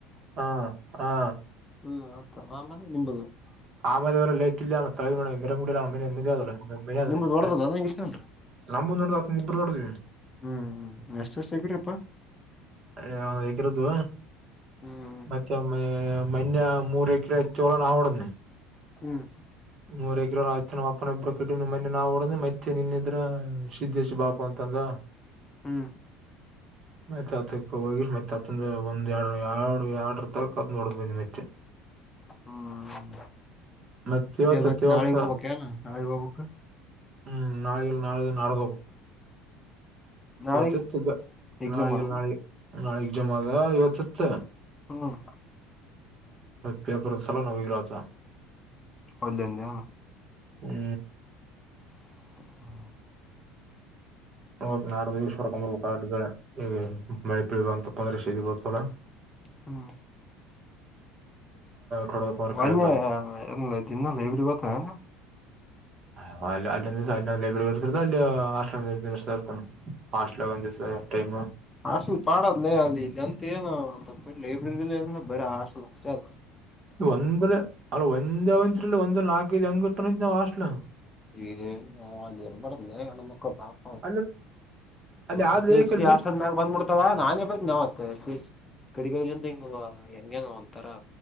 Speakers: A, on the right; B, on the left.
A: ಹಾ ಹಾ
B: ಹ್ಮ್ ಮತ್ತ ಆಮೇಲೆ ನಿಂಬದು
A: ಆಮೇಲೆ ಅವರ ಲೇಕ ಇಲೇ ಅವನ ತಲೇ ಮಡಿ ಮರೆ ಮುಡಿಲ್ಲ
B: ನಿಮ್ದ ಹೊಡದದ ನಂಗ ಇತ್ತೇನ್ರಿ
A: ನಮುನ ನೋಡ ಇಬ್ರು ನೋಡದಿ
B: ಹ್ಮ್ ಎಷ್ಟ ವರ್ಷ್ಟ ಆಗಿರಿಪ್ಪಾ
A: ಯ ಹೇಗಿರದು
B: ಹ್ಮ್
A: ಮತ್ತೆಮ್ಮೆ ಮನ್ಯಾ ಮೂರು ಏಕರ ಹೆಚ್ಚೋಳನ ಆ ಅವಡನ್ನನೆ
B: ಹ್ಮ್
A: ಮೂರಗ್ರ ಆಯ್ ನಮ್ಮ ಅಪ್ಪನ ಇಬ್ಬ್ರ ಕಟ್ಟ ನಿಮ್ಮ ಮನೆೆ ನಾವು ಹೊಡದ ಮೈತ್ತೆ ನಿನ್ನಿದ್ರ ಸಿದಿದ್ದೇಶ್ ಬಾಪ ಅಂತಂದ
B: ಹ್ಮ್
A: <inaudible> ಮತ್ತೆ ಹತಕ್ಕೆ ಹೋಗಿ ಮತ್ತೆ ಆತಂದ ಒಂದ್ ಎರಡು ಎರಡು ಎರಡರ್ತತ್ತ ಹೊಡ ಬಿ ಮೆತ್ತೆ
B: ಹ್ಮ್
A: ಮತ್ ಇವತ್ತತ್
B: ಎ ಮತ್ತೆ
A: ಇವತ್ತ
B: ನಾಳಿಗ್ ಹೋಗ್ಬಕ್ ನ ನಾಳಿಗ್ ಹೋಗ್ಬಕ್
A: ಹ್ಮ್ ನಾಯಿಲ್ ನಾಳೆದ ನಡಗೋಬೇಕ
B: ನಾಳಿಗೆ
A: ಇವತ್ತಿತ್ತು
B: ಎಕ್ಸಾಮ್
A: ನಾಳಿಗೆ
B: ಅದಲ್ಲ
A: ನಾಳೆ ನಾಳೆಗ್ ಜಮಾ ಅದ ಇವತ್ತಿತ್ತು
B: ಹ್ಮ್
A: ಪೇಪರ್ ಸಲ ನ ಹೋಗಿಲ್ಲದ
B: ಒಲ್ಲೇದಣ
A: ಹ್ಮ್
B: ಹ
A: ನೋ ನಾಡ್ದ ಈಶ್ವರಕಂಬರ್ ಕಾರ್ಡ್ ಇವೆ. ಬೆಳೆ ಪಿಳುವ ಅಂತಪ್ಪ ಅಂದ್ರೆ ಸದಿ ಬರ್ತಲ್ಲ
B: ಹ್ಮ್
A: ಹೊಡದಪ್ಪ ಅಂದ್ರ
B: ಮನ್ನೆ
A: ಕಡಿಯಕ್ ಆಗಲ್ಲ
B: ಎ ದಿನಲ್ಲ ಇವ್ರ ಇವತ್ತಲ್ಲ
A: ಅ ಅಲ್ಲಿಂದಸ ಅ ಲೈಬ್ರರಿ ಬರ್ತರದ ಅಲ್ಲಿ ಆರ್ತಾನ ಹಾಸ್ಟ್ಲ ಒಂದಿವಸ ಟೈಮ್
B: ಹಾಸಲ್ ಪಾಡದ್ಲೇ ಅಲ್ಲಿ ಇಂತ ಏನು ಒ ಲೈಬ್ರರಿಲಿಏ ಬರ ಹಾಸಲ್ ಅ
A: ಒಂದಲ ಅಲ್ಲ ಒಂದೇ ಅವತ್ಲ್ಒಂದ ನಾಕೈಐದು ಅಂಗಟ್ಟ ನಾವ್ ಅಸ್ಟ್
B: ಈ ನ ಅಲಿಯರ ಪಡಂದನ್ನ ಪಾಪ
A: ಅಲ್ಲಿ ಅಲ್ಲಿ ಆದ
B: ಅಷ್ಟ ದ
A: ಬಿ
B: ಅಷ್ಟನ್ ಮ್ಯಾಗ ಬಂದ್ಬಿಡ್ತಾವ ನಾನೇ ಬೈತ್ನ ನವ <unintelligible> ಕಡಿಗಳಿಗ್ ಅಂತ ಹಿಂಗವ. ಹಿಂಗೇನೊ ಒಂತರ